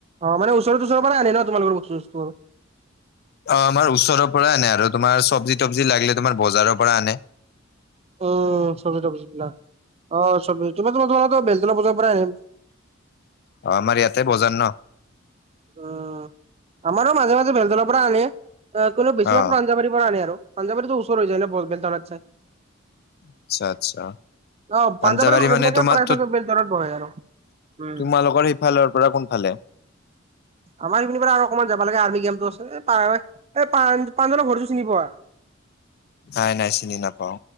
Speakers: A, on the right (about 30°); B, on the left (about 50°).
A: অ মানে ওচৰ সুচৰ পৰাই আনে ন তোমালোকৰ বস্তু সস্তোবোৰ
B: অ আমাৰ ওচৰৰ পৰা আনে আৰু তোমাৰ চব্জি তবজি লাগিলে তোমাৰ বজাৰৰ পৰা আনে
A: উম চব্জি টোবজ্বি বিলাগ অ চব্জি তুমা তুমা বেলতলা বজাৰ পৰাই আহে
B: অ আমাৰ ইয়াতে বজাৰ ন
A: উম আমাৰো মাজে মাজে বেলতলাৰ পৰা আনে কোনো বেছিভাগ
B: অ
A: প্ৰাঞ্জাবাৰীৰ পৰা আনে আৰু পঞ্জাবী ওচৰ হৈ যায় ন বৰপেটাৰত চা
B: আচ্ছা আচ্ছা
A: অ পাঞ্জাবাৰীৰ
B: পাঞ্জাৱাৰী
A: মানুহ
B: মানে
A: বিলাকে
B: তোমাৰো
A: প্ৰায়ভাগ বেলতলাত বহে আৰু উম
B: তোমালোকৰেই সেফালৰ পৰা কোন ফালে
A: আমাৰ এইপিনৰ পৰা আৰু অকমান যাব লাগে আৰ্মি কেমটো আছে এ পাৰহৈ পঞ্জলৰ ঘৰটো চিনি পোৱা <unintelligible>
B: নাই নাই চিনি নাপাও